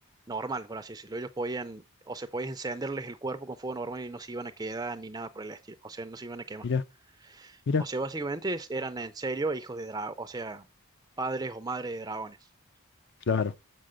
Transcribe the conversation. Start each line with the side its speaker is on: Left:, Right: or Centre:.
Right: normal, por así decirlo. Ellos podían, o se podían encenderles el cuerpo con fuego normal y no se iban a quedar ni nada por el estilo. O sea, no se iban a quemar.
Left: mira, mira,
Right: O sea, básicamente es- eran en serio hijos de dragón, o sea, padres o madres de dragones.
Left: claro.